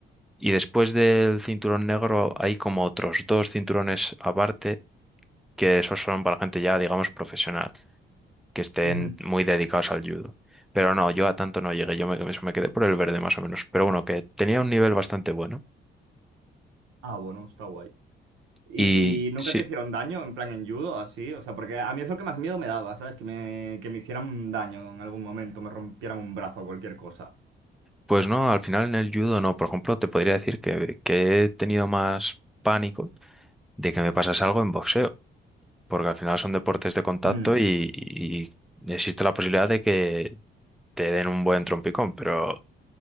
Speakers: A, in the centre; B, on the right.
A: Y después del cinturón negro hay como otros dos cinturones aparte, que esos son para gente ya digamos profesional, que estén
B: Ujú.
A: muy dedicados al judo. Pero no, yo a tanto no llegué, yo me, me quedé por el verde más o menos, pero bueno, que tenía un nivel bastante bueno.
B: Ah, bueno, está guay. ¿Y
A: Y
B: nunca
A: sí,
B: te hicieron daño, en plan en judo, así? O sea, porque a mí es lo que más miedo me daba, ¿sabes? Que me, que me hicieran daño en algún momento, me rompieran un brazo o cualquier cosa.
A: pues no, al final en el judo no. Por ejemplo, te podría decir que, que he tenido más pánico de que me pasase algo en boxeo, porque al final son deportes de contacto
B: Mm,
A: y, y existe la posibilidad de que te den un buen trompicón, pero,